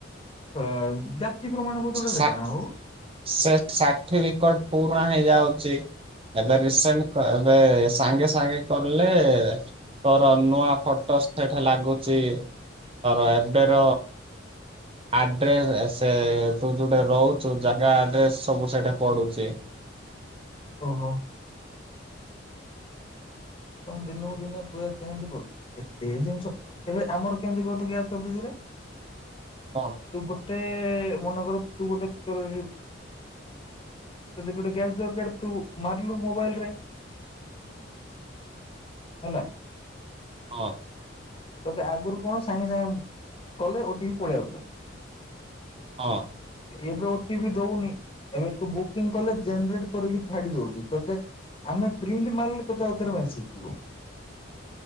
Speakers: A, on the left (about 30°); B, on the right (about 30°).
A: ଅ ଜାତୀ ପ୍ରମାଣ ବଦଲ
B: ସା
A: କାଣା ହଉ?
B: ସେ ସାଠିପିକେଟ ପୁରୁଣା ହେଇଯାଉଛି। ଏବେ ରିସେଣ୍ଟ ଏବେ ସାଙ୍ଗେ ସାଙ୍ଗେ କଲେ ତୋର ନୂଆ ଫଟୋ ସେଠା ଲାଗୁଚ ତୋର ଏବେର ଆଡ୍ରେ ସେ ତ ଯୋଉଟା ରହୁଚୁ ଜାଗା ଆଡ୍ରେସ ସବୁ ସେଇଠା ପଡୁଛି।
A: ଓହୋ। ତମେ ଦିନକୁ ଦିନେ ପୁରା ଚେଞ୍ କରୁଛ କେତେ ଜିନିଷ ଏବେ ଆମର କେମିତି କୁହନ୍ତୁ ଗ୍ୟାସ୍ ଅଫିସରେ?
B: ହଁ
A: ତୁ ଗୁଟେ ମନେ କର ତୁ ଗୁଟେ ତୋର ଯାଦି ଗୋଟେ ଗ୍ୟାସ ଦରକାର ତୁ ମାରିଲୁ ମୋବାଇଲରେ। ହେଲା।
B: ହଁ।
A: ତତେ ଆଗରୁ କଣ ସାଙ୍ଗେ ସାଙ୍ଗେ ଉମ୍ କଲେ ଓଟିପି ପଳେଇ ଆଉଥୀଲା।
B: ହଁ।
A: ଏବେ ଓଟିପି ଦୋଉନି ଏବେ ତୁ ବୁକିଂ କଲେ ଜେନେରେଟ କରିକି ଛାଡି ଦୋଉଚି ତତେ ଆମେ ପ୍ରିଣ୍ଟ ମାରିଲେ ତତେ ଆଉ ଥରେ ମେସେଜ ଯିବ।